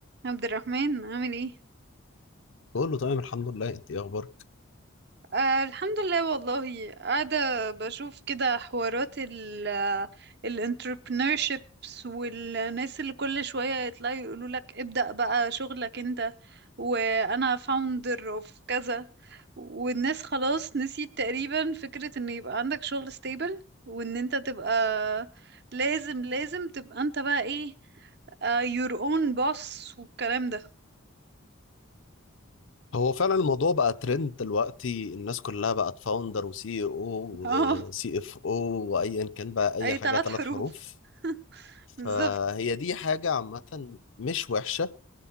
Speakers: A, on the right; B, on the left.
A: عبد الرحمن عامل ايه؟
B: بقول له تمام الحمد لله انت ايه اخبارك
A: آه الحمد لله والله قاعدة بشوف كده حوارات ال الانتربرنوrships والناس اللي كل شوية يطلعوا يقولوا لك ابدأ بقى شغلك انت وانا founder of كذا والناس خلاص نسيت تقريبا فكرة ان يبقى عندك شغل stable وان انت تبقى لازم لازم تبقى انت بقى ايه آه your own boss والكلام ده
B: هو فعلا الموضوع بقى ترند دلوقتي الناس كلها بقت فاوندر وسي او
A: <laughs> اه
B: وسي اف او وايا كان بقى اي
A: اي
B: حاجه
A: ثلاث
B: ثلاث
A: حروف
B: حروف فهي
A: بالظبط
B: دي حاجه عامه مش وحشه